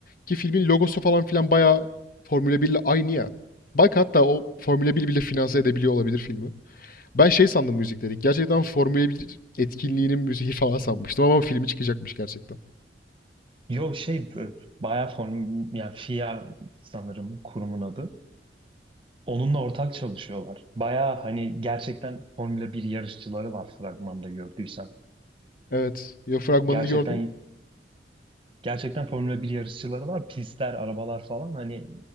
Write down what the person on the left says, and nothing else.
ki filmin logosu falan filan bayağı Formula 1'le aynı ya. Bak hatta o Formula bir bile finanse edebiliyor olabilir filmi. Ben şey sandım müzikleri, gerçekten Formula bir etkinliğinin müziği <laughs> falan sanmıştım ama filmi çıkacakmış gerçekten.
Evet, ya fragmanını
gördüm.